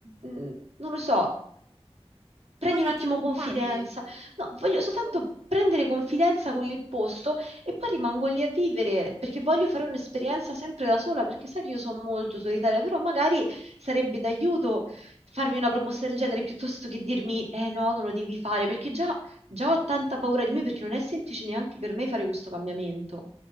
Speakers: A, on the right; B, on the right.
A: mm, non lo so, Prendi
B: Vuoi
A: un
B: che
A: attimo
B: ti accompagni?
A: confidenza. No, voglio soltanto
B: Oh,
A: prendere confidenza con il posto e poi rimango lì a vivere perché voglio fare un'esperienza sempre da sola, perché sai che io sono molto solitaria, però magari sarebbe d'aiuto farmi una proposta del genere piuttosto che dirmi eh no, non lo devi fare, perché già, già ho tanta paura di me perché non è semplice neanche per me fare questo cambiamento.